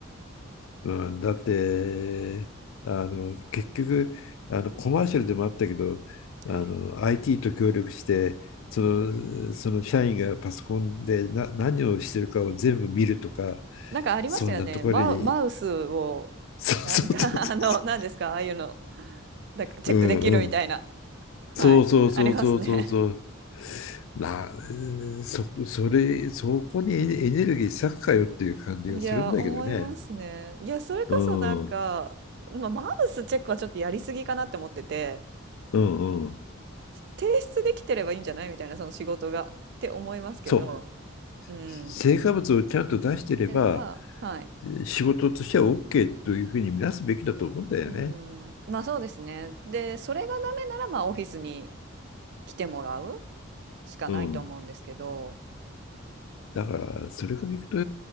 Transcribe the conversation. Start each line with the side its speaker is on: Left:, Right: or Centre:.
Left: うん、だって、あの、結局、あの、コマーシャルでもあったけど、あの、
Right: はい。
Left: IT と協力して、その、その社員がパソコンでな、何をしてるかを全部見るとか、
Right: なんかありましたよね。
Left: そんなところに、
Right: マウ、マウスを、
Left: <laughs> そうそうそうそう
Right: なんか、<laughs> あの、何ですか、
Left: そ
Right: ああいうの、だチェックできるみたいな。
Left: う、うんうん、
Right: はい。
Left: そうそうそうそうそうそう、
Right: ありますね。
Left: な、そ、それ、そこにエネエネルギー割くかよっていう感じがするんだけどね。
Right: <laughs> いや、思いますね。いや、それこそなんか、
Left: うん、うん、
Right: まあ、マウスチェックはちょっとやりすぎかなって思ってて、
Left: うん。
Right: 提出できてればいいんじゃないみたいな、その仕事が。って思いますけど、
Left: そう
Right: うん。
Left: 成果物をちゃんと出してれば、
Right: っていうのが、はい。
Left: 仕事としては OK というふうに見なすべきだと思うんだよね。
Right: うん。まあそうですね。で、それがダメなら、まあオフィスに来てもらう。しかないと思うんですけど、
Left: うん。だから、それからいくと、